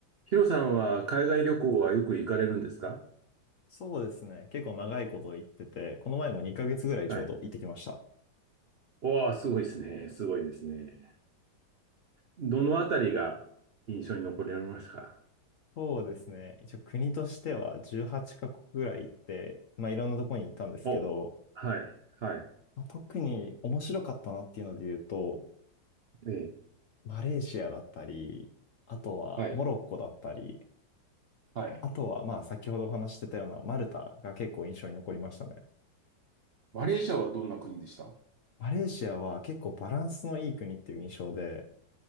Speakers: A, on the right; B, on the left.
A: ヒロさんは海外旅行はよく行かれるんですか
B: そうですね。結構長いこと行ってて、この前も2ヶ月ぐらいちょうど行ってきました。
A: はい。おー、すごいですね。すごいですね。どのあたりが印象に残りましたか
B: そうですね。一応国としては18カ国ぐらい行って、まあいろんなとこに行ったんですけど、
A: お、はい、はい、
B: まあ、特に面白かったなっていうので言うと、
A: ええ、
B: マレーシアだったり、あとはモロッコだったり、
A: はい。はい。
B: あとはまあ先ほどお話ししてたようなマルタが結構印象に残りましたね。
A: マレーシアはどんな国でした
B: マレーシアは結構バランスのいい国っていう印象で、